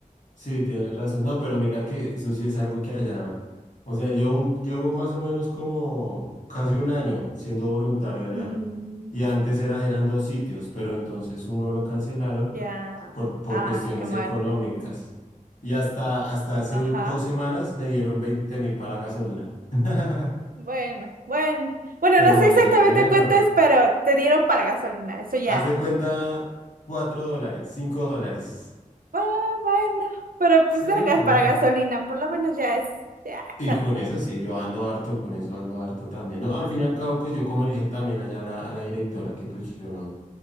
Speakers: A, on the left; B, on the right.
A: Sí, tienes razón. No, pero mira que eso sí es algo que allá, o sea, yo llevo llevo más o menos como casi un año siendo voluntario allá.
B: Mm.
A: Y antes era, eran dos sitios, pero entonces uno lo cancelaron
B: Ya,
A: por, por
B: ah,
A: cuestiones
B: qué mal.
A: económicas. Y hasta, hasta hace
B: Ajá.
A: u- dos semanas me dieron veinte mil para la gasolina. <laughs>
B: Bueno, bueno. Bueno,
A: Pero
B: no sé
A: bueno,
B: exactamente cuánto es, pero te dieron para gasolina. Eso ya.
A: haz de cuenta cuatro dólares, cinco dólares.
B: Ah, bueno. Pero
A: Sí,
B: pues era gas
A: a ver.
B: para gasolina. Por lo menos ya es. Ya es
A: Y
B: algo.
A: con eso sí, yo ando harto, con eso ando harto también. No, al fin y al cabo, pues yo como le dije también allá a la, a la directora que pues yo no.